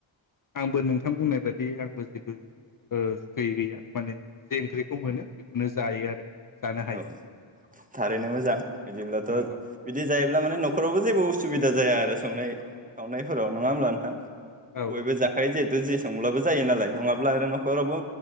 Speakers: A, on the left; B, on the right.
A: आंबो नोंथां बुंनाय बाददि आंबो जेबो ओ सुखै गैया माने जे ओंख्रिखौ मोनो बेखौनो जायो आरो जानो हायो
B: औ थारैनो
A: औ
B: मोजां बिदिब्लाथ'
A: औ
B: बिदि जायो ब्ला माने न'खरावबो जेबो उसुबिदा जाया आरो संनाय खावनाय फोराव नङा होमब्ला नोंथां
A: औ
B: बयबो जाखायो
A: औ
B: जिहेथु जे सोंब्लाबो जायो नालाय नङाब्ला आरो न'खरावबो